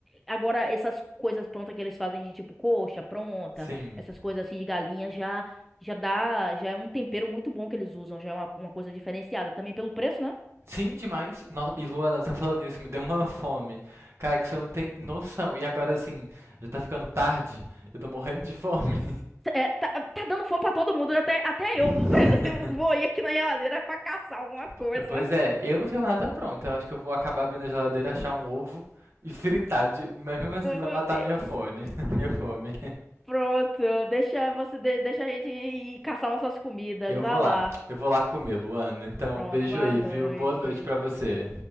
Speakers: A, in the centre; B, on the right.
A: agora essas coisas prontas que eles fazem de tipo coxa pronta,
B: Sim.
A: essas coisas assim de galinha já já dá, já é um tempero muito bom que eles usam, já é uma, uma coisa diferenciada também pelo preço, né?
B: Sim, demais. No- E Luana, você tá falando isso, me deu uma fome. Cara, que você não tem noção. E agora, assim, já tá ficando tarde. Eu tô morrendo de fome.
A: É, tá, tá dando fome pra todo mundo, até, até
B: <laughs>
A: eu vou, <laughs> vou ir aqui na geladeira pra caçar alguma coisa.
B: P- Pois é, eu não tenho nada pronto. Eu acho que eu vou acabar abrindo a geladeira, achar um ovo e fritar. De... Mas mesmo assim
A: Oh,
B: vai
A: meu
B: matar
A: Deus.
B: minha fome. <laughs> Minha fome.
A: Pronto, deixa você de- deixa a gente ir caçar nossas comidas,
B: Eu
A: vai
B: vou lá.
A: lá.
B: Eu vou lá comer, Luana. Então,
A: Pronto,
B: beijo
A: boa
B: aí,
A: noite.
B: viu? Boa noite pra você.